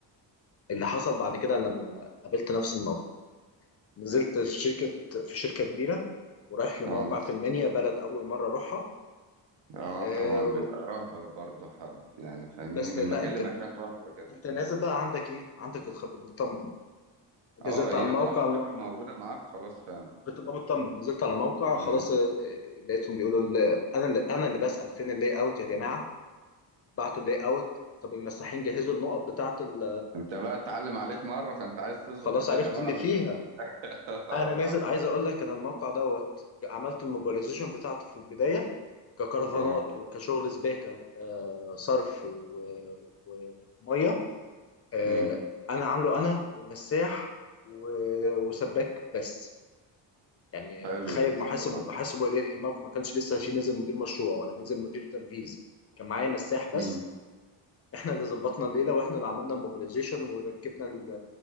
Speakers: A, on the left; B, on the right.
A: اللي حصل بعد كده لما قابلت نفس الموقف نزلت في شركه في شركه كبيره ورايح لموقع
B: اه
A: في المنيا بلد اول مره اروحها
B: اه
A: آه،
B: طبعا بيبقى رهبه برضه حب يعني فاهمني
A: بس
B: من
A: لا
B: مكان
A: انت
B: لمكان رهبه كده
A: انت نازل بقى عندك ايه عندك الخبره مطمن نزلت
B: اه هي
A: على الموقع
B: طالما الخبرة موجودة معاك خلاص فاهم
A: بتبقى مطمن نزلت على موقع
B: مم.
A: خلاص آه، آه، لقيتهم بيقولوا ال- انا اللي انا اللي بسأل فين اللي اوت يا جماعه بعتوا اللاي اوت طب المساحين جهزوا النقط بتاعه ال-
B: انت بقى اتعلم عليك مرة فانت عايز تظبط
A: خلاص
B: الدنيا
A: عرفت
B: بقى
A: اللي
B: على
A: فيها
B: طول <laughs> اه
A: انا نازل
B: طبعا
A: عايز اقول لك انا الموقع دوت عملت الموبيلايزيشن بتاعته في البدايه ككرفانات
B: اه
A: وكشغل سباكه آه، صرف و- وميه آه،
B: امم
A: انا عامله انا ومساح و- وسباك بس يعني
B: حلو
A: تخيل
B: يعني
A: محاسب
B: انت ظبط
A: محاسب واداري الموقع ما كانش لسه فيه نزل مدير مشروع ولا نزل مدير تنفيذ كان معايا مساح بس
B: امم
A: احنا اللي ظبطنا الليله واحنا اللي عملنا الموبيلايزيشن وركبنا ال-